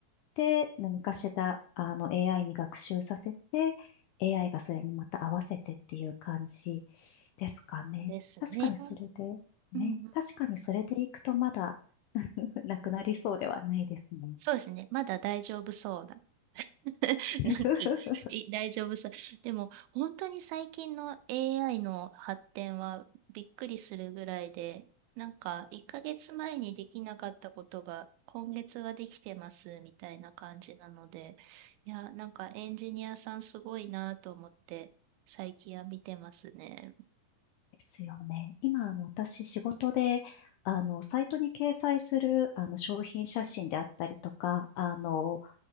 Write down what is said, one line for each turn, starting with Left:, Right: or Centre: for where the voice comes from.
Left: て、何かしら、あの、AI に学習させて、AI がそれにまた合わせてっていう感じですかね。
Right: ですね。
Left: 確かにそれで、ね、
Right: うんうん。
Left: 確かにそれでいくとまだ <laughs> なくなりそうではないですね。
Right: そうですね。まだ大丈夫そうな <laughs>
Left: <laughs>
Right: なんか、い大丈夫そう。でも、本当に最近の AI の発展はびっくりするぐらいで、なんか、1ヶ月前にできなかったことが、今月はできてますみたいな感じなので、いや、なんかエンジニアさんすごいなと思って、最近は見てますね。
Left: ですよね。今、あの、私、仕事で、あの、サイトに掲載する、あの、商品写真であったりとか、あの、